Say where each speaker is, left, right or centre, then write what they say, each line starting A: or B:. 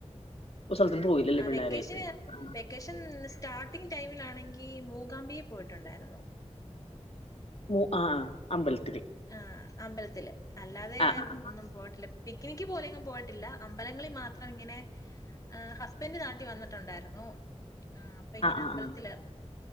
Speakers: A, on the left; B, on the left.
A: ഒരു സ്ഥലത്തും പോയില്ലല്ലേ
B: ആ
A: പിള്ളേരായിട്ട്
B: വെക്കേഷന്
A: ആഹ്
B: വെക്കേഷൻ സ്റ്റാർട്ടിംഗ് ടൈമിലാണെങ്കി മൂകാംമ്പിയെ പോയിട്ടൊണ്ടായിരുന്നു
A: ഉ ആഹ് അമ്പലത്തില്
B: ആ അമ്പലത്തില് അല്ലാതെ
A: ആഹ് ആഹ്
B: ഒന്നും പോയിട്ടില്ല പിക്നിക്ക് പോലെയെങ്ങും പോയിട്ടില്ല അമ്പലങ്ങളി മാത്രം ഇങ്ങനെ ഹസ്ബൻഡ് നാട്ടി വന്നിട്ടൊണ്ടായിരുന്നു ആഹ് അപ്പ ഇങ്ങനെ
A: ആഹ്
B: അമ്പലത്തില
A: ആഹ്